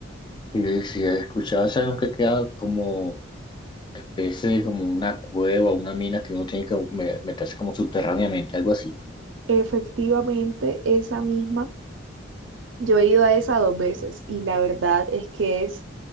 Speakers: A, on the left; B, on the right.
A: Y si he escuchado, es algo que queda como especie de como una cueva, una mina que uno tiene que me- meterse como subterráneamente, algo así.
B: Efectivamente, esa misma. Yo he ido a esa dos veces y la verdad es que es,